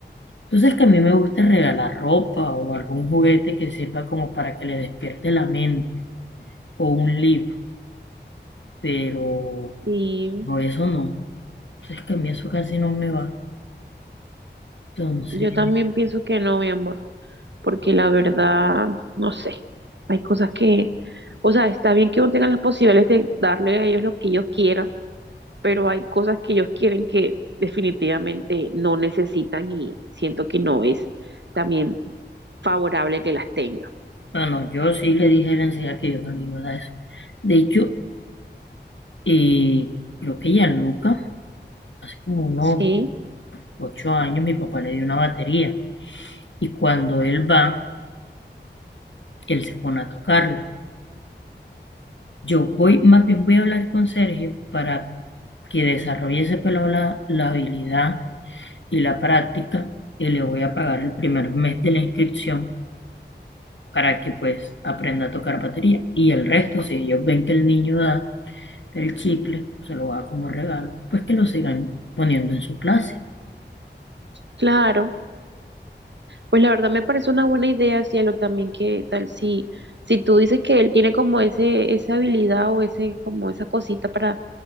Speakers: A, on the left; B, on the right.
A: Tú sabes que a mí me gusta regalar ropa o algún juguete que sirva como para que le despierte la mente o un libro, pero
B: Y
A: no, eso no. Entonces que a mí eso casi no me va. Entonces,
B: yo también pienso que no, mi amor, porque la verdad, no sé, hay cosas que, o sea, está bien que uno tenga las posibilidades de darle a ellos lo que ellos quieran pero hay cosas que ellos quieren que definitivamente no necesitan y siento que no es también favorable que las tenga.
A: bueno, yo sí le dije a él enseguida que yo no le iba a dar eso. De hecho, eh, creo que Gianluca, hace como unos
B: Sí,
A: ocho años, mi papá le dio una batería y cuando él va, él se pone a tocarla. Yo voy, más bien voy a hablar con Sergio para que desarrolle ese pelado la la habilidad y la práctica y le voy a pagar el primer mes de la inscripción para que pues aprenda a tocar batería. Y el resto, si ellos ven que el niño da el chicle, se lo da como regalo, pues que lo sigan poniendo en su clase.
B: claro. Pues la verdad me parece una buena idea, Cielo, también que tal si, si tú dices que él tiene como ese, esa habilidad o ese, como esa cosita para,